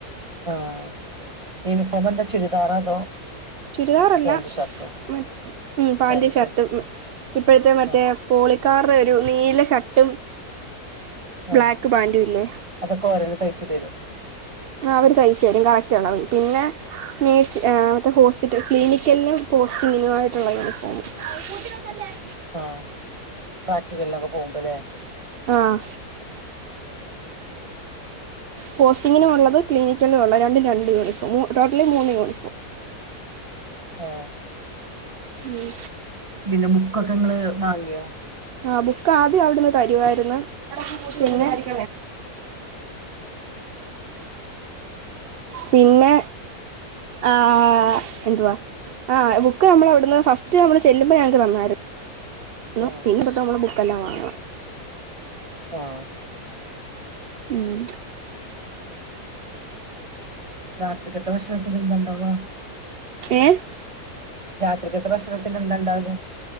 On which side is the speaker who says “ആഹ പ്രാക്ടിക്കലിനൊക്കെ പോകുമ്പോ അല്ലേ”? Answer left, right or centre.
Right